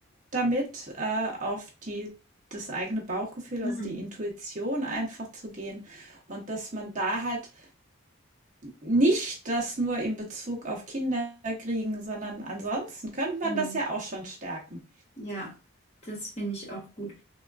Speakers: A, on the right (about 35°); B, on the left (about 30°).
A: damit, äh, auf die, das eigene Bauchgefühl,
B: Hm.
A: also die Intuition einfach zu gehen. Und dass man da halt nicht das nur in Bezug auf Kinder kriegen, sondern ansonsten könnte man
B: Hm.
A: das ja auch schon stärken.
B: Ja, das finde ich auch gut.